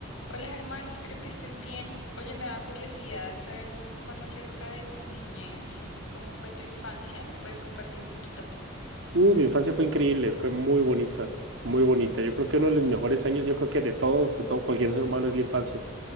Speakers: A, on the left; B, on the right.
A: Hola Germán, espero que estés bien. Oye, me da curiosidad saber un poco más acerca de tu niñez. ¿Cómo fue tu infancia? ¿Me puedes compartir un poquito?
B: Uh, mi infancia fue increíble, fue muy bonita, muy bonita. Yo creo que uno de los mejores años, yo creo que de todos, de todo cualquier ser humano es la infancia.